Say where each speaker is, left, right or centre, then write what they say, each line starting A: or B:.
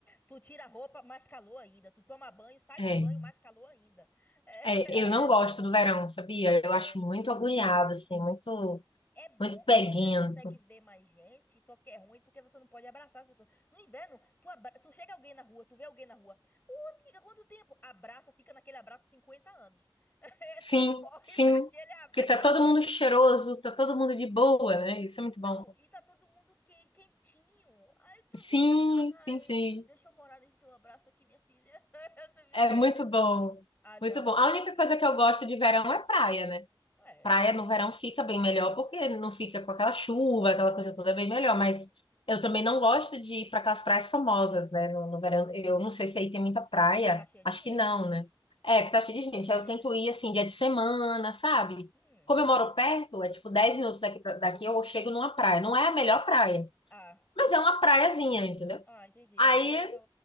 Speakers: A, on the left (about 20°); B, on the left (about 75°).
A: Tu tira a roupa, mais calor ainda. Tu toma banho, sai
B: É,
A: do banho, mais calor ainda. É,
B: é,
A: <laughs>
B: eu não
A: é,
B: gosto
A: tô-
B: do verão, sabia? Eu
A: é.
B: acho muito agoniado, assim, muito,
A: É bom
B: muito peguento.
A: que você consegue ver mais gente, só que é ruim porque você não pode abraçar as pessoas. No inverno, tu, abra... tu chega alguém na rua, tu vê alguém na rua. Ô, amiga, quanto tempo? Abraça, fica naquele abraço 50 anos. <laughs>
B: Sim,
A: Tu morre
B: sim.
A: naquele abraço.
B: Porque tá todo mundo cheiroso, tá todo mundo de boa, né? Isso é muito
A: Não,
B: bom.
A: e tá todo mundo quen- quentinho. Aí tu
B: Sim,
A: fica, ai,
B: sim, sim.
A: deixa eu morar nesse seu abraço aqui, minha filha. <laughs> Tu fica
B: É
A: aí.
B: muito bom.
A: Ah, não,
B: Muito bom. A
A: é,
B: única coisa que eu gosto de verão é praia, né?
A: é,
B: Praia no verão fica bem melhor, porque não fica com aquela chuva, aquela coisa toda é bem melhor, mas
A: é,
B: eu também
A: é,
B: não gosto de ir para aquelas praias famosas, né? No, no verão, eu não sei se aí tem muita praia,
A: que tá cheio de
B: acho
A: gente.
B: que não, né? É, que tá cheio de gente.
A: É.
B: Aí eu tento ir
A: <laughs>
B: assim, dia de semana, sabe?
A: Hum.
B: Como eu moro perto, é tipo 10 minutos daqui, pra-
A: Uh.
B: daqui eu chego numa praia. Não é a melhor praia,
A: Ah,
B: mas é uma praiazinha, entendeu?
A: ah, entendi.
B: Aí
A: Aqui é